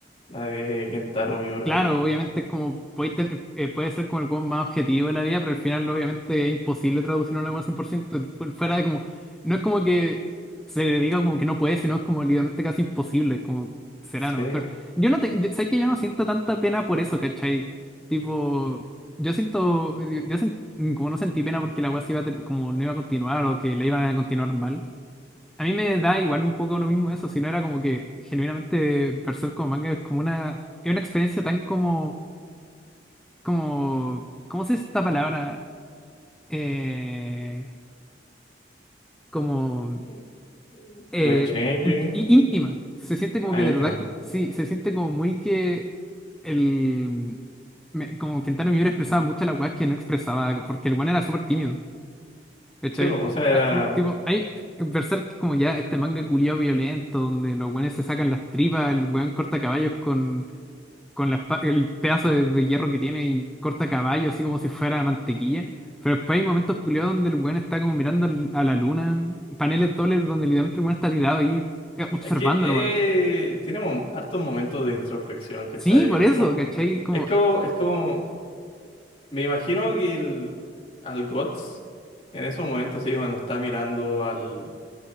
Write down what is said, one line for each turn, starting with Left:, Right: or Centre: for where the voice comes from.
Left: la de Kentaro Miura,
Centre: Claro,
Left: weón.
Centre: obviamente es como puede, tener- eh, puede ser como el weón más objetivo de la vida, pero al final obviamente es imposible traducir una weá 100%. fu- Fuera de como, no es como que se le diga como que no puede, sino es como literalmente casi imposible, es como será
Left: Sí,
Centre: nomás. Pero yo no te, yo- sabes que yo no siento tanta pena por eso, ¿cachai? Tipo, yo siento, yo, yo sent- como no sentí pena porque la weá se iba a ter- como no iba a continuar o que la iban a continuar mal. A mí me da igual un poco lo mismo eso, si no era como que genuinamente Berserk como manga es como una, es una experiencia tan como, como, ¿cómo se dice esta palabra? Eh, como
Left: Mm, mm.
Centre: eh,
Left: life changing,
Centre: ínt- í- íntima. Se siente
Left: ahí
Centre: como que de
Left: íntima
Centre: verdad, co- sí, se siente como muy que el, me- como Kentaro Miura expresaba mucho la weá que no expresaba, porque el weón era súper tímido. ¿Cachai?
Left: sí bueno o sea,
Centre: Ah,
Left: era.
Centre: Tipo, hay Berserk como ya este manga culiado violento, donde los weones se sacan las tripas, el weón corta caballos con, con la espa- el pedazo de, de hierro que tiene y corta caballos así como si fuera mantequilla. Pero después hay momentos culiados donde el weón está como mirando al- a la luna, paneles dobles donde literalmente el weón está tirado ahí eh, observando
Left: Es que eh,
Centre: nomás.
Left: tiene mom- hartos momentos de introspección, ¿cachai?
Centre: Sí, por
Left: Es como,
Centre: eso, ¿cachai? Como,
Left: es como, es como, me imagino que el, al Guts, en esos momentos, sí, cuando está mirando al,